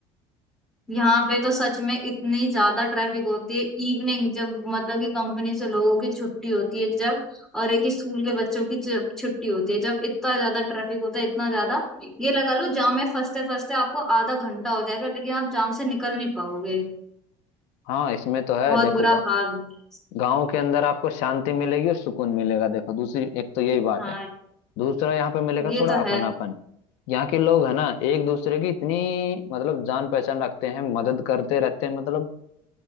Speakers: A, in the centre; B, on the left (about 70°).
A: यहाँ पे तो सच में इतनी ज्यादा ट्रैफिक होती है इवनिंग जब मतलब कि कंपनी से लोगों की छुट्टी होती है जब और एक स्कूल के बच्चों की छु- छुट्टी होती है जब इतना ज्यादा ट्रैफिक होता है इतना ज्यादा ये लगा लो जाम में फंसते फंसते आपको आधा घंटा हो जाएगा लेकिन आप जाम से निकल नहीं पाओगे
B: हाँ इसमें तो है
A: बहुत
B: देखो
A: बुरा
B: गा,
A: हाल होता है
B: गाँव के अंदर आपको शांति मिलेगी और सुकून मिलेगा देखो दूसरी एक तो यही बात
A: हाँ
B: है दूसरा यहाँ पे मिलेगा
A: ये
B: थोड़ा
A: तो
B: अपनापन
A: है
B: यहाँ के लोग है ना एक दूसरे की इतनी मतलब जान पहचान रखते हैं मदद करते रहते हैं मतलब